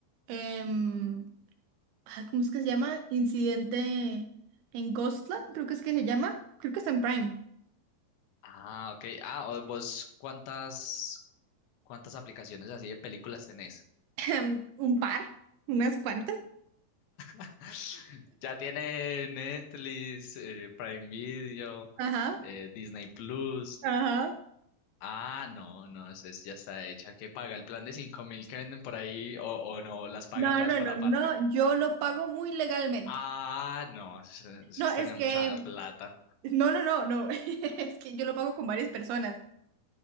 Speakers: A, on the right (about 80°); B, on the left (about 85°).
A: em, ay, ¿cómo es que se llama? Incidente en Ghostland, creo que es que se llama, creo que está en Prime.
B: Ah, ok. Ah, o- vos, ¿cuántas, cuántas aplicaciones así de películas tenés?
A: <laughs> Un par, unas cuantas.
B: <laughs> Ya tiene Netflix, eh, Prime Video,
A: Ajá,
B: eh, Disney Plus.
A: ajá.
B: Ah, no, no, eso es- ya está hecha. ¿Qué paga? ¿El plan de 5 mil que venden por ahí o, o no? ¿Las paga
A: No,
B: todas
A: no,
B: por
A: no,
B: aparte?
A: no, yo lo pago muy legalmente.
B: Ah, no, eso, eso
A: No,
B: es
A: es
B: tener
A: que,
B: mucha plata.
A: no, no, no, no, <laughs> es que yo lo pago con varias personas,